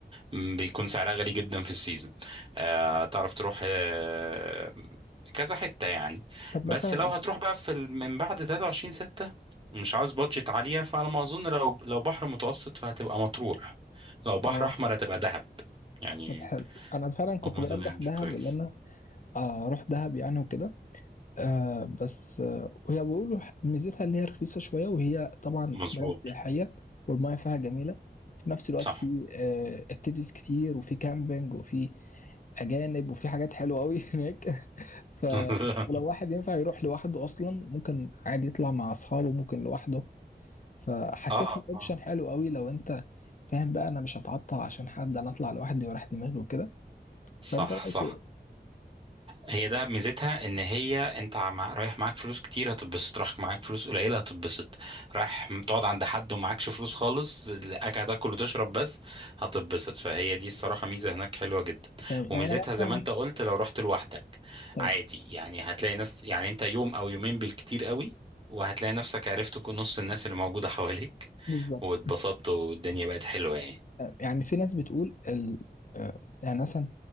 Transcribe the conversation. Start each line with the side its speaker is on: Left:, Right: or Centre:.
Right: م، بيكون سعرها غالي جدا في السيزون آه تعرف تروح آه كذا حتة يعني
Left: طب
Right: بس
Left: مثلا
Right: لو هتروح بقى في ال- من بعد 23 6 مش عاوز بادجت عالية فأنا ما أظن لو لو بحر متوسط فهتبقى مطروح لو بحر
Left: اه
Right: أحمر هتبقى دهب يعني
Left: طب حلو انا فعلا كنت
Right: هما
Left: برجح
Right: دول يعني
Left: دهب
Right: كويس
Left: اللي انا آه، اروح دهب يعني وكده آه بس آه وهي بيقولوا ميزتها اللي هي رخيصه شويه وهي طبعا
Right: مظبوط
Left: بلد سياحيه والمياه فيها جميله في نفس الوقت
Right: صح
Left: في اكتيفيتيز كتير وفي كامبينج وفي اجانب وفي حاجات حلوه قوي <laughs> هناك ف
Right: <laughs>
Left: ولو واحد ينفع يروح لوحده اصلا ممكن عادي يطلع مع اصحابه ممكن لوحده فحسيت
Right: اه
Left: الاوبشن
Right: آه.
Left: حلو قوي لو انت فاهم بقى انا مش هتعطل عشان حد انا اطلع لوحدي وراح دماغي وكده
Right: صح
Left: فانت رايك
Right: صح
Left: إيه؟
Right: هي دهب ميزتها ان هي انت مع... رايح معاك فلوس كتير هتتبسط رايح معاك فلوس قليله هتتبسط رايح تقعد عند حد ومعاكش فلوس خالص قاعد تاكل وتشرب بس هتتبسط فهي دي الصراحه ميزه هناك حلوه جدا
Left: تمام.
Right: وميزتها
Left: لو انا مثلا
Right: زي ما انت قلت لو رحت لوحدك
Left: تمام.
Right: عادي يعني هتلاقي ناس يعني انت يوم او يومين بالكتير قوي وهتلاقي نفسك عرفت كل- نص الناس اللي موجوده حواليك
Left: بالظبط
Right: واتبسطت والدنيا بقت حلوه يعني
Left: يعني في ناس بتقول ال... آه، يعني مثلا